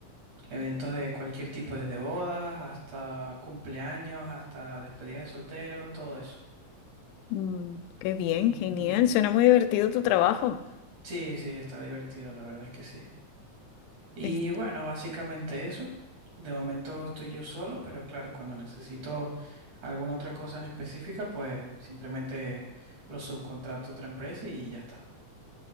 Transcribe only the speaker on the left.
Mm, qué bien,
genial. Suena muy divertido tu trabajo.
Es-